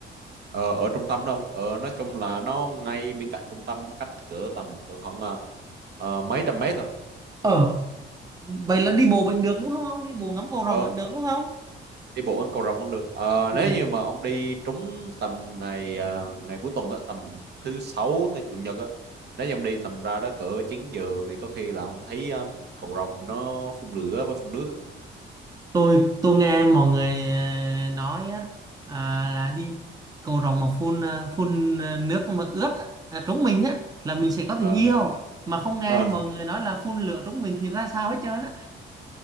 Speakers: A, on the right (about 55°); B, on the right (about 20°).
A: ờ, ở trung tâm đâu ờ, nói chung là nó ngay bên cạnh trung tâm cách cỡ tầm cỡ khoảng ờ, ờ, mấy trăm mét thôi
B: ờ vậy là đi bộ vẫn được đúng không đi bộ ngắm cầu
A: Ờ
B: rồng vẫn được đúng không
A: đi bộ ngắm cầu rồng cũng được Ờ,
B: Ừ.
A: nếu như mà ông đi trúng tầm ngày à, ngày cuối tuần á tầm thứ sáu tới chủ nhật á nếu như ông đi tầm ra đó cỡ 9 giờ thì có khi là ông thấy à, cầu rồng nó phun lửa với phun nước á
B: tôi tôi nghe mọi người ờ, nói á à, là đi cầu rồng mà phun ờ, phun ờ, nước mà ướt á, à, trúng mình á là mình sẽ có
A: ờ
B: tình yêu mà không nghe
A: ờ
B: mọi người nói là phun lửa trúng mình thì ra sao hết trơn á